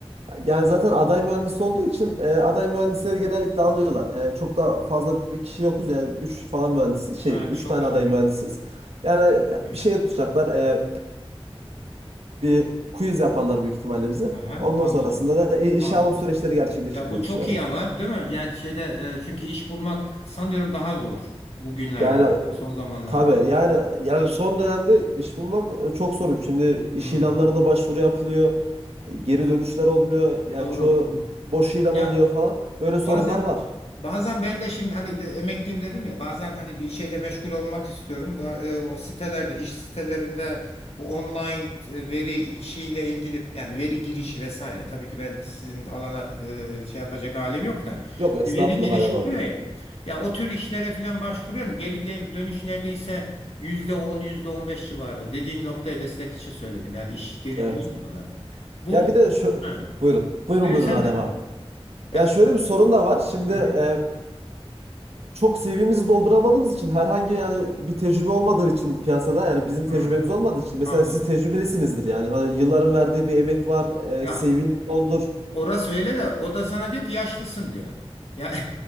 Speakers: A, on the right; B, on the left.
A: Yani zaten aday mühendis olduğu için e, aday mühendisleri genellikle alıyorlar. E, çok da fazla bir kişi yokuz yani 3 falan mühendisiz. Şey
B: Ha
A: 3
B: çok
A: tane aday
B: iyi.
A: mühendisiz. Yani
B: Çok iyi.
A: bir şey tutacaklar. E, bir quiz yaparlar büyük ihtimalle bize.
B: Aha
A: Ondan
B: anladım.
A: sonrasında da i- işe
B: Anladım.
A: alım süreçleri gerçekleşir
B: Ya
A: diye
B: bu çok
A: düşünüyorum
B: iyi ama
A: yani.
B: değil mi? Yani şeyde e, çünkü iş bulmak sanıyorum daha zor bugünlerde,
A: Yani e,
B: son zamanlarda.
A: tabii yani yani son dönemde iş bulmak e, çok sorun. Şimdi iş
B: Hmm,
A: ilanlarına başvuru yapılıyor. E, Geri dönüşler olmuyor. Yani
B: doğru.
A: çoğu boş ilan
B: Ya
A: oluyor falan. Böyle sorunlar
B: Bazen
A: var.
B: bazen ben de şimdi hani de emekliyim dedim ya bazen hani bir şeyle meşgul olmak istiyorum. Bu, e, o sitelerde iş sitelerinde bu online e, veri işiyle ilgili yani veri girişi vesaire. Tabii ki ben sizin alana e, şey yapacak halim yok da
A: Yok estağfurullah
B: hani veri girişi
A: Adem abi.
B: oluyor ya. Ya o tür işlere falan başvuruyorum. Geri de, dönüş neredeyse %10 %15 civarı. Dediğin noktaya destek için söyledim. Yani iş geri
A: Evet.
B: dönmüyorlar. Bu
A: Ya bir de şu
B: ha,
A: buyurun. Buyurun
B: evet,
A: buyurun
B: sen
A: Adem
B: de mi?
A: abi.
B: Ya,
A: Ya şöyle bir sorun da var. Şimdi
B: hı
A: e,
B: hı.
A: çok CV'mizi dolduramadığımız için herhangi yani bir tecrübe olmadığı için piyasada yani bizim tecrübemiz
B: Hı.
A: olmadığı için mesela
B: Anladım.
A: siz tecrübelisinizdir yani hani yılların verdiği bir emek var e,
B: Ya
A: CV'ni doldur.
B: orası öyle de o da sana diyor ki yaşlısın diyor. Ya